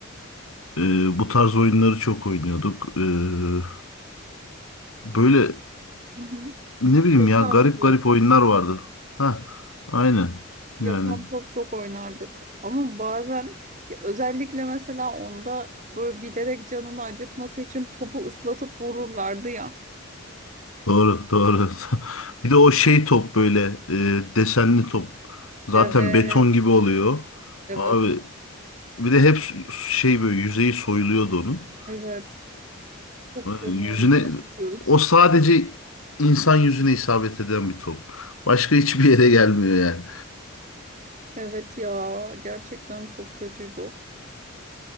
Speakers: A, on the left; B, on the right.
A: Ee, bu tarz oyunları çok oynuyorduk. Ee, böyle
B: hı. hı.
A: ne bileyim
B: Yakan
A: ya garip
B: top.
A: garip oyunlar vardı. Ha, aynen.
B: Yakan
A: Yani
B: top çok oynardık. Ama bazen ya özellikle mesela onda böyle bilerek canını acıtması için topu ıslatıp vururlardı ya.
A: doğru doğru. <laughs> Bir de o şey top böyle e, desenli top. Zaten
B: Evet,
A: beton gibi oluyor.
B: evet,
A: Abi bir de hep şey böyle yüzeyi soyuluyordu onun.
B: evet. Çok canını
A: <laughs> Yüzüne
B: acıtıyordu.
A: o sadece insan yüzüne isabet eden bir top. Başka <laughs> hiçbir yere gelmiyor yani.
B: Evet ya, gerçekten çok kötüydü o.